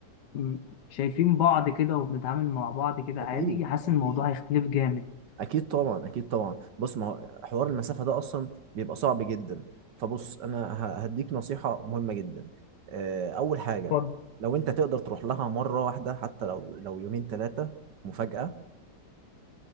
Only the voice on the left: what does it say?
م- شايفين بعض كده وبنتعامل مع بعض كده
عادي حاسس
ان الموضوع هيختلف جامد
اتفضل